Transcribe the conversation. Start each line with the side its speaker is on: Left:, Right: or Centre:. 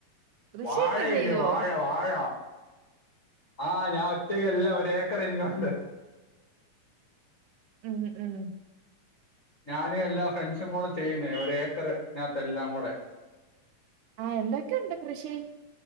Right: കൃഷിയൊക്കെ
Left: വായ
Right: ചെയ്യുവോ
Left: ഇല്ലേ വാഴ വാഴ ആഹ ഞാൻ ഒറ്റയ്ക്ക്ല്ല ഒരു ഏക്കർ എനിക്കുണ്ട്
Right: ഉം ഉം
Left: ഞാനും എല്ലാ ഫ്രണ്ട്സും കൂടെ ചെയ്യുന്നേ ഒരു ഏക്കർ അതിനകത്ത് എല്ലാം കൂടെ
Right: ആ എന്തൊക്കെയുണ്ട് കൃഷി